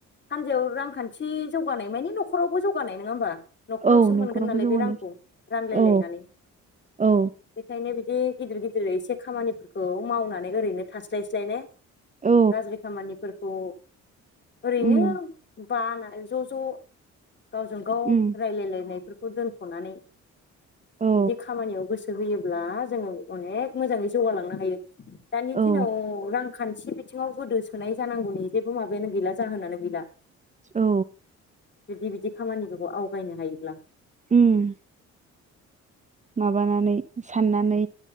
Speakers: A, on the left; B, on the right.
A: हानजायाव रांखान्थि जौगानाय मानि न'खरावबो जौगानाय नङा होमबा न'खरावसो
B: औ न'खरावबो
A: मोनगोन नालाय
B: जौगानाय
A: बे रांखौ रानलायलायनानै
B: औ औ
A: बेखायनो बिदि गिदिर गिदिर एसे खामानिफोरखौ मावनानै ओरैनो थास्लायस्लाय ने
B: औ
A: गाज्रि खामानिफोरखौ ओरैनो
B: उम
A: बा ज' ज' गावजों गाव
B: उम
A: रायलायलायनायफोरखौ दोनथ'नानै
B: औ
A: बिदि खामानियाव गोसो होयोब्ला जोङो अनेख मोजाङै जौगालांनो हायो। दानि
B: औ
A: दिनाव रां खान्थि बिथिङाव गोदो सोनाय जानांगौनि जेबो माबायानो गैला जाहोनानो गैला।
B: औ
A: बिदि बिदि खामानिखौफोरखौ आवगायनो हायो।
B: होम माबानानै साननानै